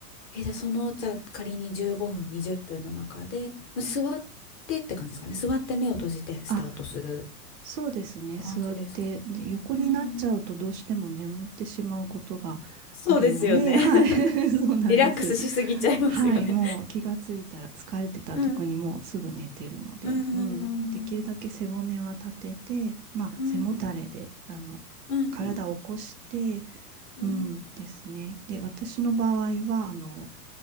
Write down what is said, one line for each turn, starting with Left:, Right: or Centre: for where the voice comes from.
Left: え、じゃあその、じゃあ仮に15分、20分の中で、まあ座ってって感じですかね。座って目を閉じてスタートする
Right: あ、そうですね。
Left: 感じですか。
Right: 座って、で、横になっちゃうとどうしても眠ってしまうことがあるので、
Left: うん。そうですよね。<laughs>
Right: <laughs> はい。<laughs> そうなんです。
Left: リラックスしすぎちゃいますよね。
Right: はい。もう気がついたら疲れてたら特にもうすぐ寝てるので、
Left: うん。うん。
Right: うん。できるだけ背骨は立てて、まあ、
Left: うん。
Right: 背もたれで、あの、
Left: うん。
Right: 体を起こして、
Left: うん。うん。
Right: うんですね。で、私の場合は、あの、